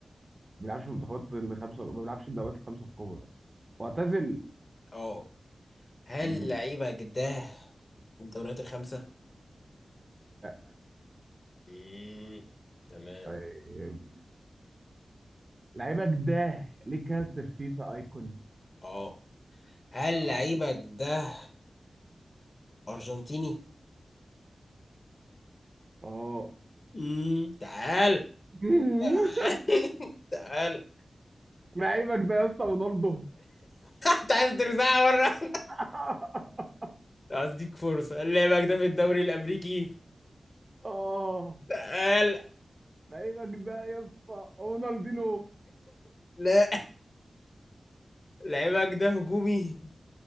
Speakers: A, on the right; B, on the left.
A: ما بيلعبش في المنتخبات الخمسه ما بيلعبش في الدوريات الخمسه الكبرى معتزل
B: اه هل
A: امم
B: لعيبك ده الدوريات الخمسة
A: لا
B: مم. تمام
A: طيب لعيبك ده ليه كارت في فيفا ايكون
B: اه هل
A: اه
B: لعيبك ده أرجنتيني
A: اه
B: مم. تعال
A: <laughs>
B: تعال <laughs> تعال
A: لعيبك ده يا اسطى رونالدو
B: انت عايز ترزعها بره
A: <laughs>
B: اديك فرصة لعبك ده في الدوري الامريكي
A: اه
B: تعال
A: لعيبك ده يا اسطى رونالدينو
B: لا لعبك ده هجومي